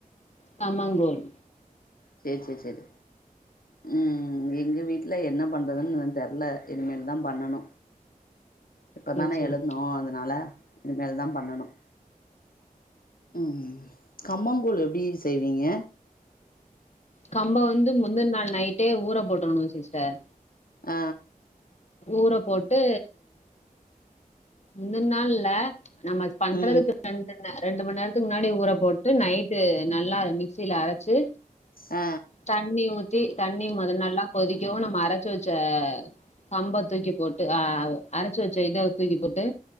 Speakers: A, on the left; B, on the left.
A: கம்மங்கூழ்
B: சேர் சேர் சேர் ம் எங்க வீட் ல என்ன பண்றதுன் இன்னு தெர்ல இனிமேல் தா பண்ணணு இப்ப
A: சேரி
B: தான
A: சேரி
B: எழுதுனோ அதனால இனிமேல்தா பண்ணணோ ம் கம்மங்கூழ் எப்டி செய்வீங்க
A: கம்ப வந்து முந்துன் நாள் நைட்டே ஊற போட்டுன்னோ சிஸ்டர்
B: ஆ
A: ஊற போட்டு முந்துன் நாள் இல்ல நம்ம பண்றதுக்கு
B: ம்
A: <unintelligible> ரெண்டு மண் நேரத்துக்கு முன்னாடி ஊற போட்டு நைட்டு நல்லா மிக்சில அரச்சு
B: அ
A: தண்ணி ஊத்தி தண்ணி மொதல் நல்லா கொதிக்கவு நம்ம அரச்சு வச்ச கம்ப தூக்கி போட்டு ஆ அரச்சு வெச்ச இத தூக்கி போட்டு